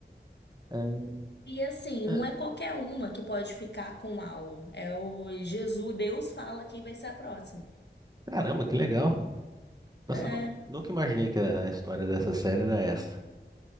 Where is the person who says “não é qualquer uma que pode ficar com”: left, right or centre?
Left